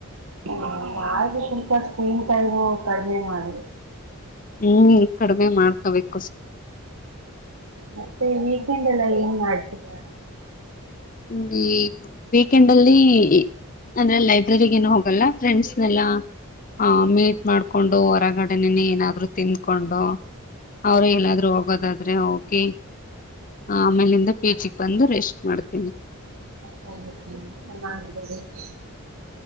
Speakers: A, on the right (about 70°); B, on the left (about 35°).
A: ನಾು ಸ್ವಲ್ಪ ಸ್ಕ್ರೀನ್ ಟೈಮು ಕಡಿಮೆ ಮಾಡುದು
B: ಹ್ಮ್ ಕಡಿಮೆ ಮಾಡ್ಕೊಬೇಕು
A: ಮತ್ತೆ ಕೆಂಡಲ್ಲ. ನೀ ಮಾಡ್ತೀರಾ.
B: ಹ್ಮ ವೀಕೆಂಡ್ ಅಲ್ಲಿ ಅಂದ್ರೆ ಲೈಬ್ರರಿಗೇನು ಹೋಗಲ್ಲ ಫ್ರೆಂಡ್ಸ್ನೆಲ್ಲಾ ಹ ಮೀಟ್ ಮಾಡ್ಕೊಂಡು. ಹೊರಗಡೆನೆನೆ ಏನಾದ್ರು ತಿಂದ್ಕೊಂಡು ಅವರು ಎಲ್ಲಾದ್ರೂ ಹೋಗೋದಾದ್ರೆ ಹೋಗಿ ಆಮೇಲಿಂದ ಪೀಚಿಗೆ ಬಂದು ರೆಸ್ಟ್ ಮಾಡ್ತ
A: ಹೌದು ಚೆನ್ನಿದ್ದಾರೆ. <unintelligible>